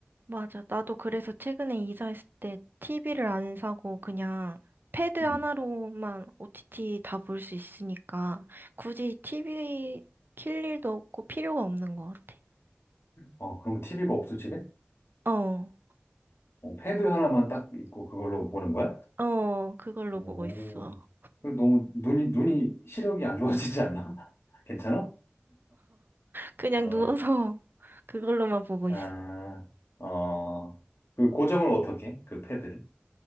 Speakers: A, on the right; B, on the left.
A: 맞아. 나도 그래서 최근에 이사했을 때 TV를 안 사고 그냥 패드 하나로만
B: 음.
A: OTT 다 볼 수 있으니까 굳이 TV 킬 일도 없고 필요가 없는 것 같아.
B: 어, 그럼 TV가 없어, 지
A: 어,
B: 어, 패드 하나만 딱 있고 그걸로 보는 거야?
A: 어, 그걸로
B: 오,
A: 보고 있어.
B: 그 너무 눈이, 눈이 시력이 안 좋아지지 않나? <laughs> 괜찮아?
A: 그냥
B: 어,
A: 누워서 <laughs> 그걸로만 보고
B: 아,
A: 있어.
B: 어, 그 고정을 어떻게 해? 그 패드를?